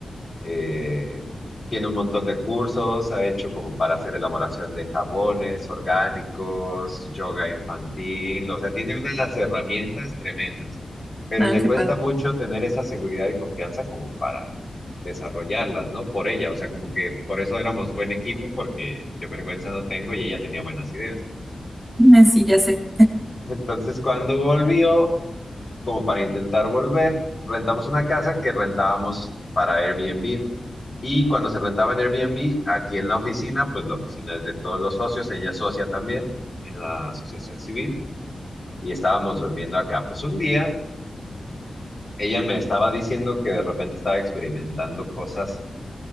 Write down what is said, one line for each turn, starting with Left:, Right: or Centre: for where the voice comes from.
Left: eh, tiene un montón de cursos, ha hecho como para hacer elaboración de jabones orgánicos, yoga infantil, o sea, tiene unas herramientas tremendas, pero
Right: nada
Left: le
Right: que
Left: cuesta
Right: pueda.
Left: mucho tener esa seguridad y confianza como para desarrollarlas, ¿no? Por ella, o sea, como que por eso éramos buen equipo, porque yo vergüenza no tengo y ella tenía buenas ideas.
Right: Ah, Sí, ya sé.
Left: Entonces, cuando volvió, como para intentar volver, rentamos una casa que rentábamos para Airbnb. Y cuando se rentaba en Airbnb, aquí en la oficina, pues la oficina es de todos los socios, ella es socia también en la asociación civil, y estábamos durmiendo acá. Pues un día ella me estaba diciendo que de repente estaba experimentando cosas